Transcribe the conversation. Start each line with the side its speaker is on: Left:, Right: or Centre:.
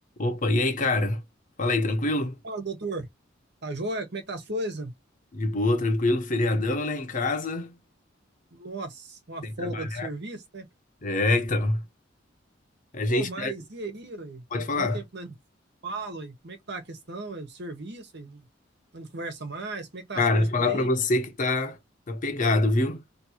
Left: Opa, e aí, cara? Fala aí, tranquilo?
Right: Fala, doutor. Tá joia? Como é que tá as coisas?
Left: De boa, tranquilo, feriadão, né? Em casa,
Right: Nossa, uma
Left: sem
Right: folga
Left: trabalhar.
Right: do serviço, né?
Left: É, então. A gente
Right: Ô, mas
Left: tá-
Right: e aí, ué?
Left: pode
Right: Tem muito
Left: falar.
Right: tempo que nós não falo, ué. Como é que tá a questão, ué? O serviço, ué? Não, não conversa mais? Como é que tá
Left: Cara,
Right: as coisas
Left: falar
Right: por aí?
Left: pra você que tá tá pegado, viu?